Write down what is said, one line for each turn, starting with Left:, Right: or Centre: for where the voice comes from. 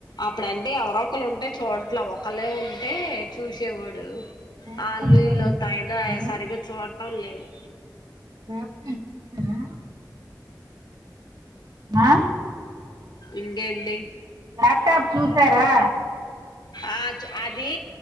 Left: అప్పుడంటే ఎవరో ఒకరు ఉంటే చూడ్ ట్లావు ఒక్కలే ఉంటే చూసేవాడు
Right: ల్యాప్టాప్
Left: ఆల్లు
Right: చూసారా
Left: ఈల్లు <unintelligible> సరిగా చూ పర్లేదు.
Right: లాప్టాప్ చూశారా ఆ
Left: ఇంకేంటి
Right: ల్యాప్ టాప్ చూసారా.
Left: ఆ చ్ అది